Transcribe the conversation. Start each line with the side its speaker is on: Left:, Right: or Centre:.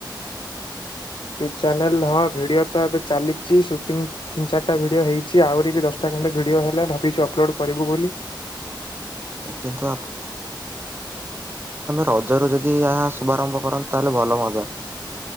Left: ୟୁଟ୍ୟୁବ ଚ୍ୟାନେଲ ହଁ ଭିଡ଼ିଓ ତ ଏବେ ଚାଲିଛି ସୁଟିଂ ତିନି ଚାରିଟା ଭିଡ଼ିଓ ହୋଇଛି ଆହୁରି ବି ଦଶଟା ଖଣ୍ଡେ ଭିଡ଼ିଓ ହେଲା ଭାବିଛୁ ଅପଲୋଡ଼୍ କରିବୁ ବୋଲି।
Right: କିନ୍ତୁ ରଜ ର ଯଦି ଏହା ଶୁଭାରମ୍ଭ କରନ୍ତ ତାହେଲେ ଭଲ ହୁଅନ୍ତା।